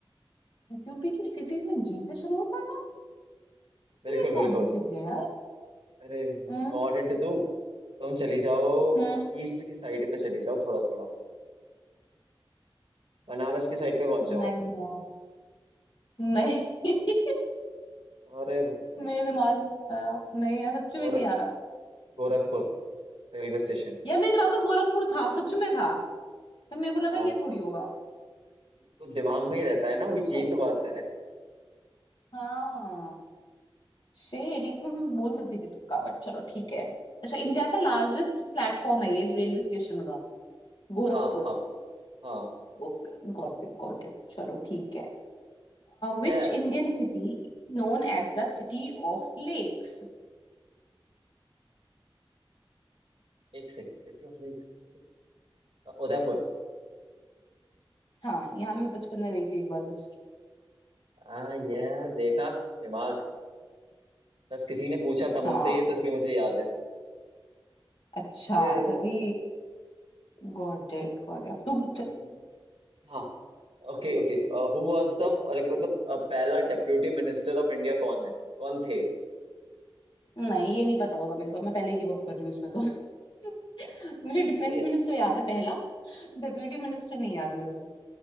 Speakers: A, on the left; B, on the right.
A: यूपी की सिटीज में जी से शुरू होता है ना
B: बिल्कुल
A: ये कौन
B: बिल्कुल
A: सी सिटी है यार
B: अरे तुम्हें
A: हम्म
B: और हिंट दूँ तुम चली जाओ
A: हम्म,
B: ईस्ट की साइड पे चली जाओ थोड़ा थोड़ा बनारस की साइड पे पहुंच
A: नहीं
B: जाओ
A: ना नहीं <laughs>
B: अरे भयंकर
A: मेरे दिमाग में नहीं आ रहा नहीं यार सच में
B: गोर
A: नहीं आ रहा
B: गोरखपुर रेलवे स्टेशन
A: यार मेरे ग्राम में गोरखपुर था सच में था तब मेरे को लगा
B: हाँ
A: ये थोड़ी होगा
B: तो दिमाग में ही रहता है ना वही
A: शेट
B: जी तो बात है
A: हाँ शेट ये तुम बोल सकती थी तुक्का बट चलो ठीक है अच्छा इंडिया का लार्जेस्ट प्लेटफॉर्म है ये रेलवे स्टेशन का Gorakhpur
B: हाँ हाँ हाँ
A: Okay got it got it चलो ठीक है Which
B: यस
A: Indian city known as the city of lakes
B: एक second city of lakes Udaipur
A: हाँ यहाँ मैं बचपन में गई थी एक बार बस
B: आ ये देखा दिमाग बस किसी ने पूछा था मुझसे
A: हाँ
B: ये तो इसलिए मुझे याद है
A: अच्छा
B: ये
A: तभी गॉट इट गॉट इट अब तू पूछ चल-
B: हम्म, हाँ okay okay Who was the अरे मतलब अ, पहला डेप्यूटी मिनिस्टर ऑफ इंडिया कौन है कौन थे
A: नहीं ये नहीं पता होगा मेरे को मैं पहले ही गिव अप कर रही हूँ उसमें तो <laughs> मुझे डिफेंस
B: अरे यार
A: मिनिस्टर याद है पहला डेप्यूटी मिनिस्टर नहीं याद मेरे को